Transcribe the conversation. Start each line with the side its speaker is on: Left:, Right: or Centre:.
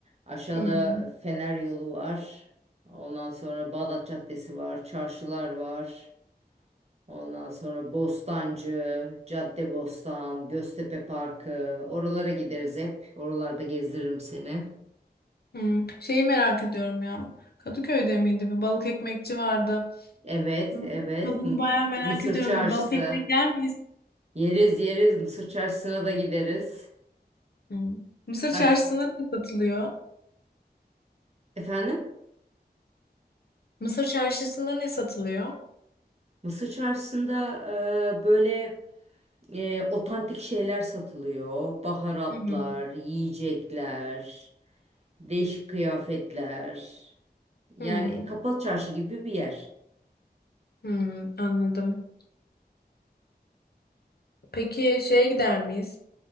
Right: Aşağıda
Left: Hı.
Right: Fener yolu var. Ondan sonra Bağdat Caddesi var, çarşılar var. Ondan sonra Bostancı, Caddebostan, Göztepe Parkı. Oralara gideriz hep. Oralarda gezdiririm seni.
Left: Hı. Şeyi merak ediyorum ya. Kadıköy'de miydi? Bir balık ekmekçi vardı.
Right: Evet,
Left: Hı.
Right: evet.
Left: Tadını
Right: M-
Left: bayağı merak
Right: Mısır
Left: ediyorum.
Right: Çarşısı.
Left: Bir balık ekmek yer miyiz?
Right: Yeriz yeriz. Mısır Çarşısı'na da gideriz.
Left: Hı. Mısır çarşısında
Right: Ben s-
Left: ne satılıyor?
Right: efendim?
Left: Mısır çarşısında ne satılıyor?
Right: Mısır Çarşısı'nda e, böyle e, otantik şeyler satılıyor. Baharatlar,
Left: Hı.
Right: yiyecekler, değişik kıyafetler. Yani
Left: Hı.
Right: kapalı çarşı gibi bir yer.
Left: Hı. Anladım. Peki şeye gider miyiz?